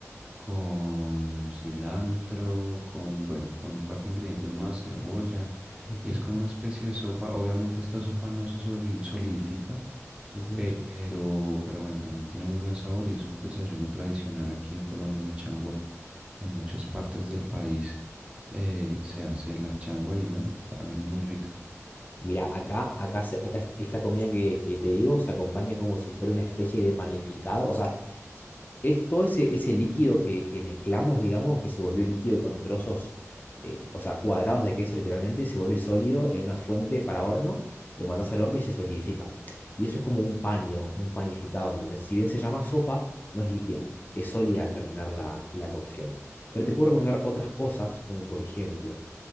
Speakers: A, on the right; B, on the left.
A: con cilantro, con, bueno, con un par de ingredientes más, cebolla,
B: Ujú,
A: y es como una especie de sopa. Obviamente esta sopa no se soli- solidifica,
B: ujú.
A: pero, pero bueno, también tiene muy buen sabor y es un desayuno tradicional aquí en Colombia, la changua. En muchas partes del país eh, se hace la changua y bueno, también es muy rica.
B: Mira, acá, acá, se- acá est- esta comida que, que te digo se acompaña como si fuera una especie de panificado. O sea, es todo ese, ese líquido que, que mezclamos, digamos, que se volvió líquido con trozos, eh, o sea, cuadrados de queso literalmente, se vuelve sólido en una fuente para horno, lo mandas al horno y se solidifica. Y eso es como un pan, digamos, un panificado, ¿entendés? Si bien se llama sopa, no es líquida, es sólida al terminar la, la cocción. Pero te puedo recomendar otras cosas, como por ejemplo.